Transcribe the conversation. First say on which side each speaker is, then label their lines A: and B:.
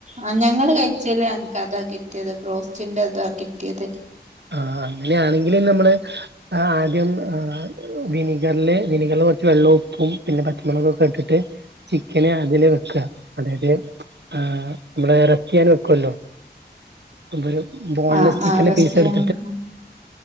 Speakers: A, on the right; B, on the right.
A: ആ ഞങ്ങള് കഴിച്ചല് അക്ക് അതാക്കിട്ട കിട്ടിയത് ബ്രോസ്റ്റിന്റെ ഇതാ കിട്ടിയത്
B: ആ അങ്ങനെയാണെങ്കിൽ നമ്മള് ആദ്യം വിനഗറില് വിനഗറില് കുറ വെള്ളം ഉപ്പും പിന്നെ പച്ചമുളകുംക്കെ ഇട്ടിട്ട് ചിക്കന് അതില് വെക്ക അതായത് ആ നമ്മള ൻ വെക്കല്ലോ അ ഒരു ബോൺലെസ്സ്
A: ആഹ്
B: സ്റ്റിക്കിന്റെ
A: ആഹ് റെസ്റ്റ്
B: പീസ്
A: ചെയ്യാൻ
B: എടു
A: വെക്ക്ണ